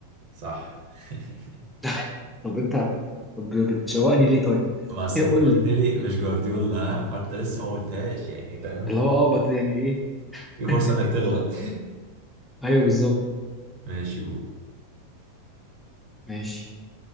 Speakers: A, on the right; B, in the centre.
A: صح <laughs>
B: <laughs> طب انت طب بتشوقني ليه طيب؟
A: ما أصل
B: ايه
A: انت
B: قول
A: قلت
B: لي
A: لي مش جوارديولا ها؟ فانت لسه ما قلتهاش يعني فاهم
B: اللي هو اه بت يعني ايه؟
A: في فرصة
B: <laughs>
A: انك تغلط
B: ايوه بالظبط
A: <laughs> ماشي قول
B: ماشي